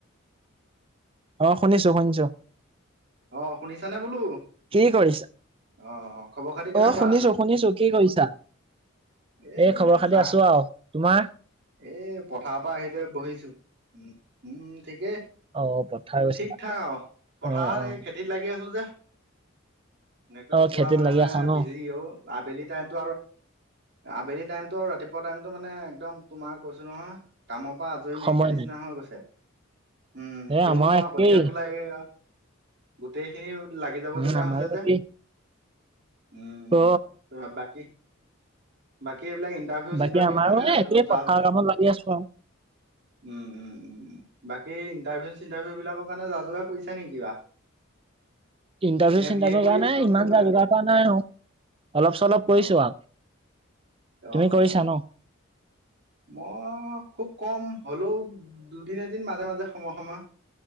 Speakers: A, on the right; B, on the right.
A: অ শুনিছো শুনিছো
B: আহ শুনিছানে বোলো
A: কি কৰিছা
B: আহ খবৰ খাতি কেনেকুৱা
A: অ শুনিছো শুনিছো কি কৰিছা
B: এ
A: এই খবৰ খাতি
B: চাহ
A: আছো আৰু তোমাৰ
B: এ পথাৰ পৰা আহিলৈ বহিছো উ উম ঠিকেই
A: অ পথাৰ গৈছিলা
B: ঠিক থাক আও পথাৰত
A: অ অ
B: এই খেতিত লাগি আছো যে একদম
A: অ
B: পুৰা
A: খেতিত
B: মানে
A: লাগি আছা ন
B: বিজি অ আবেলি টাইমতো আৰু আবেলি টাইমতটো আৰু ৰাতিপুৱা টাইমতটো মানে একদম তোমাৰ কৈছো নহয় কামৰ পৰা আজৰি
A: সময়
B: নাইকিয়া নিচিনা
A: নাই
B: হৈ গৈছে উম
A: এ
B: কোৰ
A: আমাৰ
B: মৰা
A: একেই
B: কঠিয়তোলা এয়া গোটেইখিনি লাগি যাব
A: উ
B: লগগীয়া
A: আমাৰো
B: হৈছে
A: একেই
B: যে উম
A: অ
B: ত বাকী বাকী এইবিলাক ইন্টাৰভিউ
A: বাকী
B: চিন্টাৰভিউৰ
A: আমাৰো
B: কাৰণে
A: এ একেই পথাৰ
B: যা
A: কামত লাগি আছো আৰু
B: উম উম উম বাকী বাকী ইণ্টাৰভিউ চিন্টাৰভিউ বিলাকৰ কাৰণে যা যোগাৰ কৰিছা নি কিবা
A: ইণ্টাৰভিউ
B: নে
A: চিণ্টাৰভিউ
B: বি এ কৰিয়ে
A: কাৰণে
B: খতম
A: ইমান
B: কৰিম
A: যা
B: লাগে
A: যোগাৰ কৰা নাই অ অলপ চলপ কৰিছো
B: অ
A: আও
B: অ
A: তুমি কৰিছা
B: অ
A: ন
B: মই খুব কম হ'লেও দুদিন এদিন মাজে মাজে সময় সময়